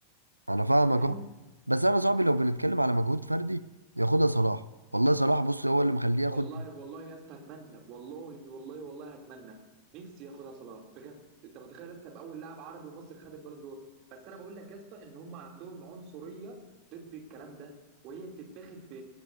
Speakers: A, on the right (about 80°); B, on the right (about 40°).
A: انا فاهمك
B: فاهم
A: اه بس انا صاحبي لو بنتكلم على مجهود فردي ياخدها صلاح والله صلاح بص هو اللي مخليه ياخد
B: والله والله يا اسطى هتمنى والله والله والله هتمنى نفسي ياخدها صلاح بجد انت متخيل يا اسطى يبقى اول لاعب عربي ومصري خد البالون دور بس انا بقول لك يا اسطى ان هم عندهم عنصريه ضد الكلام ده وهي بتتاخد ب...